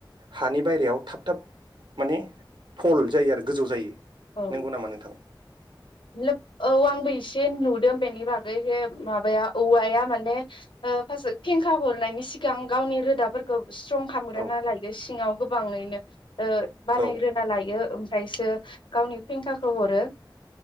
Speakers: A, on the right; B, on the left.
A: हानि बायेरायाव थाब थाब माने थल जायो आरो गोजौ जायो।
B: औ
A: नंगौ नामा नोंथां?
B: लोब औ आंबो एसे नुदों बेनि बागै जे माबाया औवाया माने ओ फास्थआव फेंखा हरनायनि सिगां गावनि रोदाफोरखौ स्ट्रं खालामग्रोना
A: औ
B: लायो सिङाव। गोबाङैनो ओ बानायग्रोना
A: औ
B: लायो फ्रायसो गावनि फेंखाखौ हरो।